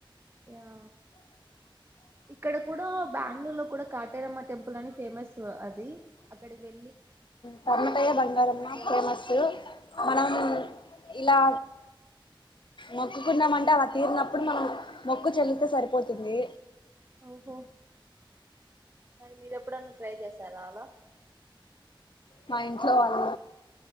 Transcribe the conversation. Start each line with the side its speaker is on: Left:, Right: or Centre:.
Right: యా ఇక్కడ కూడా బెంగళూరు లో కూడా కాటేరమ్మ టెంపుల్ అని ఫేమస్ అది అక్కడికి వె
Left: పడమటయ్యా య్య బంగారమ్మ
Right: కోరుకుంటే
Left: ఫేమస్ మనం ఇలా మోక్కుకున్నామంటే అమ తీరినప్పుడు మనం మొక్కు చెల్లింతే సరిపోతుంది
Right: ఓహో మరి మీరు ఎప్పుడన్నా ట్రై చేశారా అలా
Left: మా ఇంట్లో వాళ్ళు